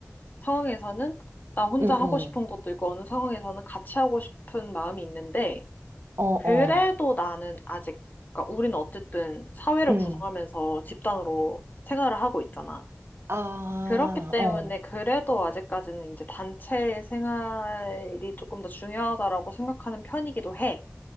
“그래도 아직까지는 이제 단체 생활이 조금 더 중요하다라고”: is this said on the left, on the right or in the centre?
Left